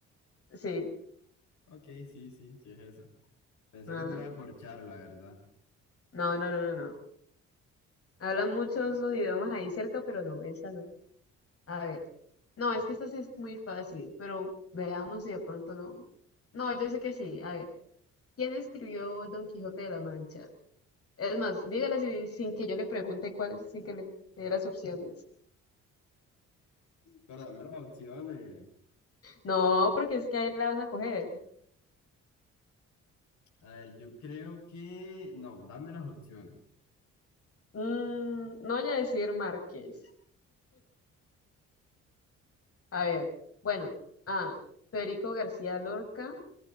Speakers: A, on the left; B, on the left.
A: Sí,
B: Ok, sí, sí, sí es esa. Pensé
A: no,
B: que te iba a corchar, la verdad.
A: no, no, no, no. no. Hablan muchos idiomas ahí cerca, pero no, esa no. A ver, no, es que esta sí es muy fácil, pero veamos si de pronto no. No, yo sé que sí. A ver, ¿quién escribió Don Quijote de la Mancha? Es más, dígala si- sin que yo le pregunte cuáles, sin que le dé las opciones.
B: Pero dame las opciones.
A: No, porque es que ahí la vas a coger.
B: A ver, yo creo que... No, dame las opciones.
A: Mm, no voy a decir Márquez. A ver, bueno, A, Federico García Lorca,